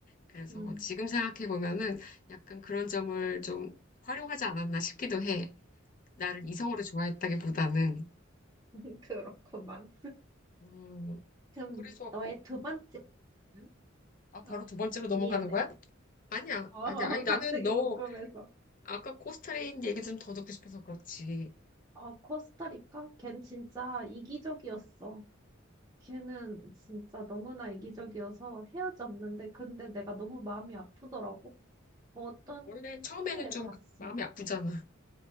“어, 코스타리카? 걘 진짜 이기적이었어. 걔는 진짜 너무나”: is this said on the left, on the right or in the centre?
Right